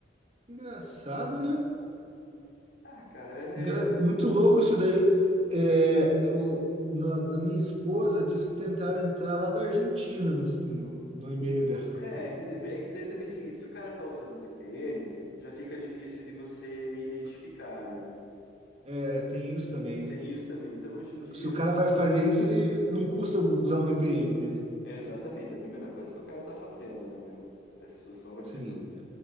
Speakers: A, on the right; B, on the left.
A: Engraçado, né?
B: Ah, cara, é,
A: Engra- Muito louco isso daí. É, eu- na, na minha esposa disse que tentaram entrar lá da Argentina no, no, no e-mail dela.
B: é, é que, tem- é que daí também é o seguinte, se o cara tá usando o VPN, já fica difícil de você identificar, né?
A: É, tem isso também, né?
B: Tem isso também. Então, hoje em dia,
A: Se o cara vai fazer isso, ele não custa usar um VPN, né?
B: é exatamente, é a primeira coisa que o cara tá fazendo, né, meu? Sem sombra
A: Sim,
B: de dúvida.